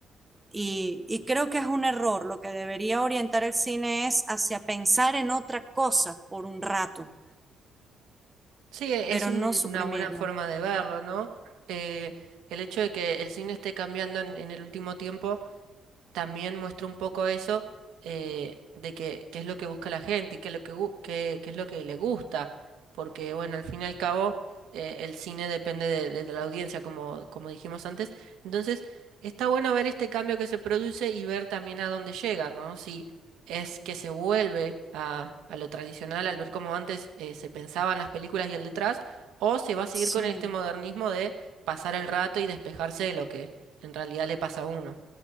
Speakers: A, on the right; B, on the right.
A: Y, y creo que es un error. Lo que debería orientar el cine es hacia pensar en otra cosa por un rato,
B: Sí, e,
A: pero
B: es un-
A: no suprimirnos.
B: una buena forma de verlo, ¿no? Eh, el hecho de que el cine esté cambiando en, en el último tiempo también muestra un poco eso eh, de que, qué es lo que busca la gente y qué es lo que, gu- qué- qué es lo que le gusta, porque bueno, al fin y al cabo eh, el cine depende de, de la audiencia, como, como dijimos antes. Entonces, está bueno ver este cambio que se produce y ver también a dónde llega, ¿no? Si es que se vuelve a, a lo tradicional al ver cómo antes eh, se pensaban las películas y el detrás, o se va a seguir
A: Sí.
B: con este modernismo de pasar el rato y despejarse de lo que en realidad le pasa a uno.